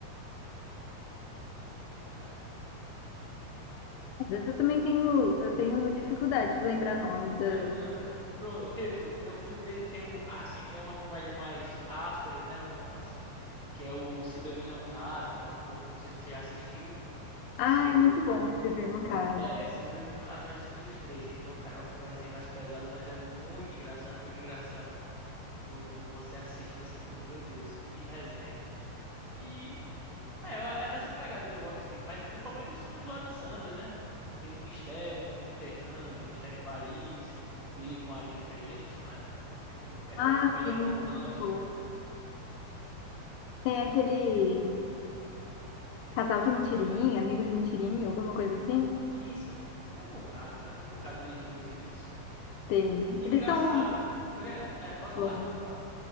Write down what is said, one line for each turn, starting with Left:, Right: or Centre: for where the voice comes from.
Right: Ai, Como é o nome, cara?
Left: Às vezes eu também tenho, eu tenho dificuldade de lembrar nome da.
Right: É, eu tô lembrando. Pro- Teve, tem o filme dele, tem o. Ah, sim, tem uma comédia mais áspera, né? Um, assim, que é o Se Beber Não Case, que é uma. co- eu Não sei se você já assistiu.
Left: Ah,
Right: O Se Beber
Left: é muito
Right: Não Case.
Left: bom escrever no
Right: Pronto,
Left: caso.
Right: é. Se Beber Não Case, eu já assisti os três. Então, cara, é uma comédiazinha mais pesada, mas é muito engraçado, muito engraçado. Vo- Você assiste, você fica, meu Deus, que resenha. E É, eu- é nessa pegada que eu gosto assim, mas principalmente os filmes do Adam Sandler, né? Aquele Mistério no Mediterrâneo, Mistério em Paris, ele com a Jennifer Aniston, né? Tipo, é meio
Left: Ah,
Right: comédia
Left: sim,
Right: romântica.
Left: muito bom. Tem aquele casal de mentirinha, amigo de mentirinha, alguma coisa assim?
Right: Isso, tem um bocado, né? Tem um bocado deles dois, eles...
Left: Tem.
Right: Engraçado,
Left: Eles são muito
Right: eu quero... É, pode falar,
Left: bons.
Right: pode falar.